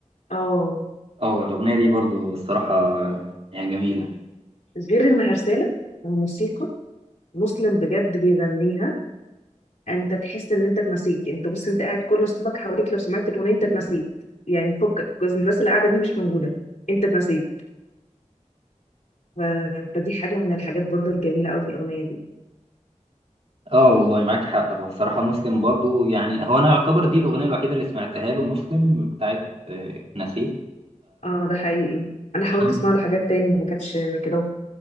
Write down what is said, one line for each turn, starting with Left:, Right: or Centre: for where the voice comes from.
Left: اه
Right: اه الاغنيه دي برضو الصراحه يعني جميله
Left: غير انها رساله وموسيقى مسلم بجد بيغنيها انت تحس ان انت اتنسيت انت بص انت قاعد كل اصحابك حواليك لو سمعت الاغنيه انت اتنسيت يعني فكك الناس اللي قاعده دي مش موجوده انت اتنسيت ف... فدي حاجة من الحاجات برضو الجميلة أوي في الأغنية دي
Right: اه والله معاك حق هو الصراحة مسلم برضو يعني هو أنا يعتبر دي الأغنية الوحيدة اللي سمعتها له مسلم بتاعت آه، نسيت
Left: اه ده حقيقي أنا حاولت
Right: حمزة
Left: أسمع له حاجات تاني ما كانتش كده